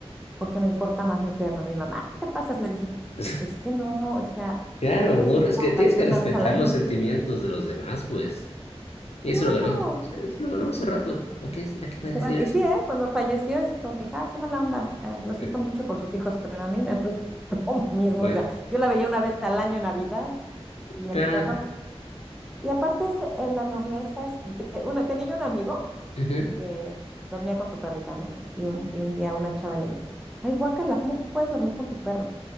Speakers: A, in the centre; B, on the left.
A: porque me importa más mi perro. Mi mamá, ¿qué te pasas? Le dije,
B: <laughs>
A: es que no, o sea,
B: Claro,
A: yo a esta señora
B: no, es que tienes
A: la veo
B: que
A: una
B: respetar
A: vez al año.
B: los sentimientos de los demás, pues. Y
A: Claro.
B: eso lo ganó. Eso lo ganó hace rato. ¿Para qué, a qué
A: Y
B: va
A: se
B: a decir
A: van. Y
B: eso?
A: sí, ¿eh? Cuando falleció, así como que, ah, qué mala onda. eh, lo siento
B: Eh,
A: mucho por sus hijos, pero a mí me hace <laughs> lo mismo.
B: Bueno,
A: O sea, yo la veía una vez al año en Navidad y
B: claro.
A: el perro. Y aparte, es, eh, la nobleza es. de- una, tenía yo un amigo
B: Ujú.
A: que dormía con su perrita, ¿no? Y un, y un día una chava le dice, ay, guácala, ¿cómo puedes dormir con tu perro?